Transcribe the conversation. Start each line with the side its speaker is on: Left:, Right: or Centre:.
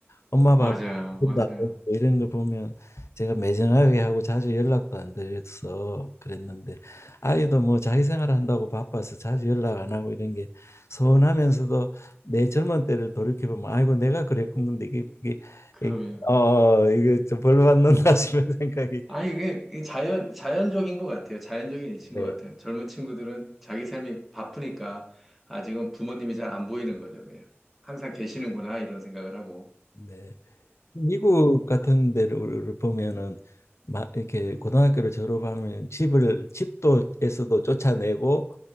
Left: 엄마 밥
Centre: 맞아요,
Left: 밥도
Centre: 맞아요.
Left: 안 먹고 이런 걸 보면 제가 매정하게 하고 자주 연락도 안 드려서 그랬는데 아이도 뭐 자기 생활 한다고 바빠서 자주 연락 안 하고 이런 게 서운하면서도 내 젊은 때를 돌이켜보면 아이고 내가 그랬군데 이게 이게
Centre: 그럼요.
Left: 이게- 어 이게 좀 벌 받는다 <laughs> 싶은 생각이
Centre: 아, 이게 이게 자연, 자연적인 것 같아요. 자연적인 이치인
Left: 네
Centre: 것 같아요. 젊은 친구들은 자기 삶이 바쁘니까 아직은 부모님이 잘 안 보이는 거죠, 그냥. 항상 계시는구나, 이런 생각을 하고.
Left: 네. 미국 같은 데를 보면은 막 이렇게 고등학교를 졸업하면 집을 집도에서도 쫓아내고